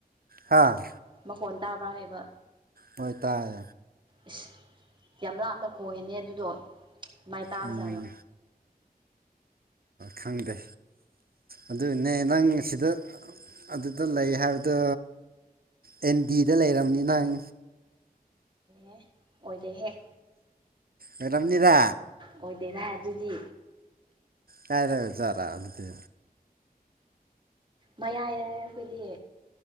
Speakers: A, on the right; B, on the right.
A: ꯍꯥꯥ
B: ꯃꯈꯣꯟ ꯇꯥꯕ꯭ꯔꯥ ꯍꯥꯏꯕ
A: ꯍꯣꯏ ꯇꯥꯏ
B: ꯏꯁꯁ ꯌꯥꯝ ꯂꯥꯞꯅ ꯈꯣꯡꯉꯤꯅꯦ ꯑꯗꯨꯗꯣ ꯀꯃꯥꯏꯅ ꯇꯥꯕ
A: ꯎꯝ
B: ꯖꯥꯠꯅꯣ
A: ꯈꯪꯗꯦ ꯑꯗꯨꯅꯦ ꯅꯪ ꯁꯤꯗ ꯑꯗꯨꯗ ꯂꯩ ꯍꯥꯏꯕꯗꯣ ꯑꯦꯟ ꯗꯤꯗ ꯂꯩꯔꯝꯅꯤ ꯅꯪ
B: ꯑꯦ ꯑꯣꯏꯗꯦꯍꯦ
A: ꯑꫭꯏꯔꯝꯅꯤꯗꯥ
B: ꯑꯣꯏꯗꯦꯗꯥ ꯑꯗꯨꯗꯤ꯫
A: ꯀꯥꯏꯗꯒꯖꯥꯔꯥ ꯑꯗꯨꯗꯤ
B: ꯃꯌꯥꯏꯗꯅꯦ ꯑꯩꯈꯣꯏꯗꯤ